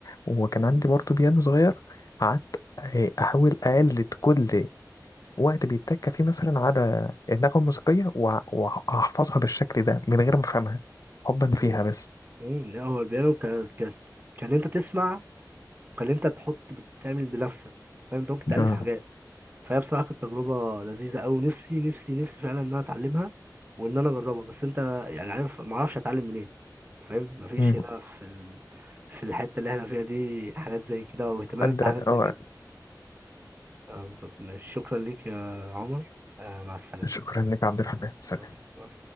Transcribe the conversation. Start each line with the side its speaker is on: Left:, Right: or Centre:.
Left: وكان عندي برضه بيانو صغير قعدت آه، أحاول أقلد كل وقت بيتك فيه مثلا على النغمة الموسيقية وه- وهحفظها بالشكل ده من غير ما افهمها حبا فيها
Right: امم
Left: بس
Right: امم لا هو البيانو كان كان كان انت تسمع وكان انت تحط بتعمل بنفسك فاهم انت ممكن تألف
Left: آه.
Right: حاجات فهي بصراحة كانت تجربة لذيذة أوي نفسي نفسي نفسي فعلا ان انا اتعلمها وان انا اجربها بس انت يعني عارف ما اعرفش اتعلم منين فاهم مفيش
Left: مم.
Right: هنا في ال... في الحتة اللي احنا فيها دي حاجات زي كده واهتمام
Left: عدى
Right: بحاجات زي
Left: أو...
Right: كده اه بالظبط ماشي شكرا ليك يا عمر آه مع السلامة
Left: شكرا لك يا عبد الرحمن سلام
Right: بس بس